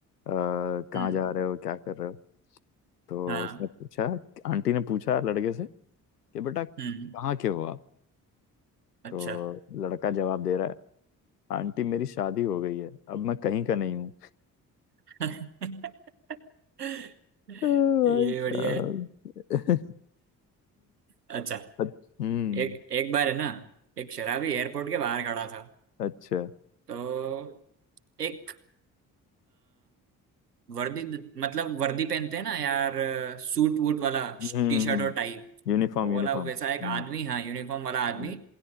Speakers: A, on the left; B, on the right.
A: कहाँ
B: हम्म
A: जा रहे हो क्या कर रहे हो तो
B: हाँ
A: उसने पूछा आंटी ने पूछा लड़के से कि बेटा कहाँ
B: हम्म हम्म।
A: के हो आप
B: अच्छा
A: तो लड़का जवाब दे रहा है आंटी मेरी शादी हो गई है अब मैं कहीं का नहीं हूँ अ,
B: <laughs>
A: भाई
B: ये
A: साहब
B: बढ़िया है
A: <laughs>
B: अच्छा
A: अच्छ- हम्म
B: एक एक बार है ना एक शराबी एयरपोर्ट के बाहर खड़ा था
A: अच्छा
B: तो एक वर्दी मतलब वर्दी पहनते हैं ना यार सूट वूट वाला
A: हम्म हम्म,
B: टी शर्ट
A: हम्म।
B: और टाई
A: यूनिफॉर्म
B: वो
A: यूनिफॉर्म
B: वाला वैसा
A: हम्म
B: एक
A: uniform,
B: आदमी
A: uniform,
B: हाँ यूनिफॉर्म वाला आदमी
A: हम्म, हम्म,